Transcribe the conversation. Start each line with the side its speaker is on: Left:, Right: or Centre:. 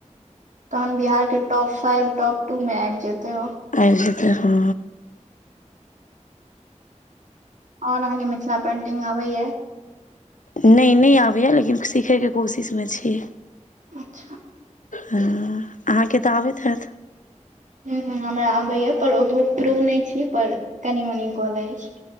Right: तहन बिहार के टॉप फाइव टॉप टू मे आवै जेतै ओर।
Left: आब जैते ह।
Right: ओर अहाँकेँ मिथिला पेन्टिंग आबैया।
Left: नैय नैय आबैय लेकिन सीखैके कोशिशमे छिई।
Right: अच्छा
Left: ह अहाँके तऽ आबैत हैत '।
Right: ह ह हमरा आबैया पर ओतबो प्रो नैय छी पर कनी मनी कलैई छिइ